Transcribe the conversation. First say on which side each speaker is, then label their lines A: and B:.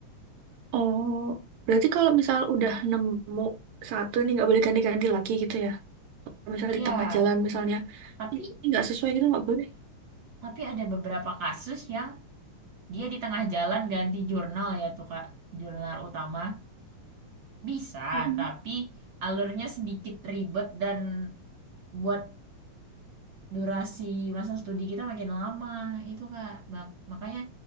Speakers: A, on the right (about 75°); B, on the right (about 55°).
A: Oh, berarti kalau misal udah nemu satu ini nggak boleh ganti-ganti lagi gitu ya. Misal
B: Iya,
A: di tengah jalan misalnya,
B: tapi
A: "Ih, ini nggak sesuai gitu nggak boleh.
B: tapi ada beberapa kasus yang dia di tengah jalan ganti jurnal ya tuh Kak, jurnal utama. Bisa,
A: Mm-mm.
B: tapi alurnya sedikit ribet dan buat durasi masa studi kita makin lama. Itu Kak, Mak- makanya